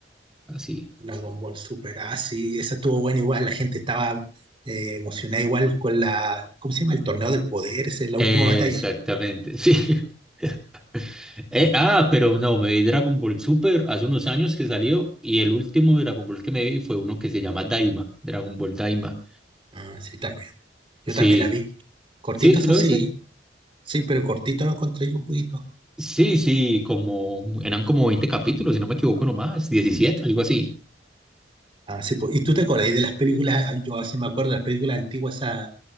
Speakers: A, in the centre; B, on the right (about 30°).
A: Así.
B: Dragon Ball Super. Ah, sí, esa estuvo buena igual. La gente estaba eh, emocionada igual con la, ¿cómo se llama? El torneo del poder, esa es la
A: Exactamente,
B: última batalla.
A: sí. <laughs> Eh,
B: Ah,
A: ah, pero no, me vi Dragon Ball Super hace unos años que salió y el último Dragon Ball que me vi fue uno que se llama Daima, Dragon Ball Daima.
B: ah, sí, también. Yo
A: Sí,
B: también la vi. Cortito,
A: sí, ¿sí
B: eso
A: lo
B: sí.
A: hice?
B: Sí, pero cortito lo encontré yo un poquito.
A: Sí, sí, como eran como 20 capítulos, si no me equivoco nomás, 17 algo así.
B: Ah, sí, po- ¿Y tú te acordás de las películas? Ah, Yo hace me acuerdo de las películas antiguas, esa,